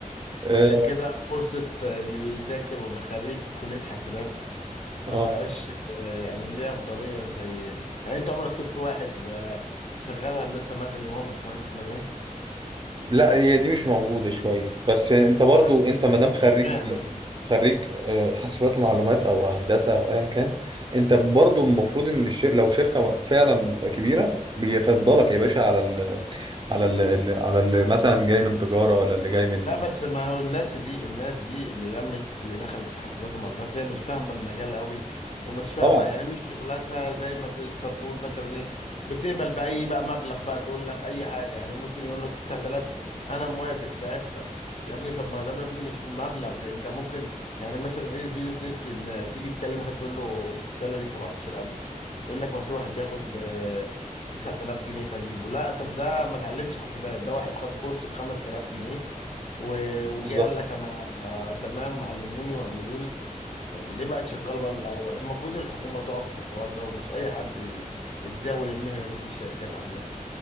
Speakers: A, on the right; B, on the left.
A: اه
B: عشان كده فرصة آه، اللي بيذاكر واللي خريج كلية حاسبات
A: آه.
B: ما بقاش آه، يعني ليه أفضلية زي يعني أنت عمرك شفت واحد آه، شغال هندسة مدني وهو مش مهندس مدني؟
A: لا هي دي مش موجودة شوية بس انت برضو
B: لا
A: انت مادام خريج
B: اشمعنى
A: خريج آه، حاسبات ومعلومات او هندسة او ايا كان انت برضو المفروض ان الشر... لو شركة فعلا كبيرة بيفضلك يا باشا على ال... على ال... على ال... مثلا جاي من تجارة ولا اللي جاي من
B: لا بس ما هو الناس دي الناس دي اللي لمت اللي دخلت في حاسبات ومعلومات هي مش فاهمه المجال قوي ومش فاهمه
A: طبعا
B: يعني مش شغلتها زي ما تقدر تقول مثلا ايه بتقبل باي بقى مبلغ بقى تقول لك اي حاجه يعني ممكن يقول لك 9000 انا موافق فاهم طب يا ابني طب ما دام ابني مش مبلغ انت ممكن يعني مثلا ايه سبيدو نت تيجي تكلم واحد تقول له السالري 17000 يقول لك ما في واحد بياخد آه، 9000 جنيه فاجيبه لا طب ده ما اتعلمش حاسبات ده واحد خد كورس ب 5000 جنيه و- وجه
A: بالظبط
B: قال لك انا آه، تمام علموني واعملوني طب ليه بقى تشغله بقى من الاول المفروض الحكومه تقف في الحوار ده ومش اي حد ي- يتزاول المهنه دي في الشركات عامه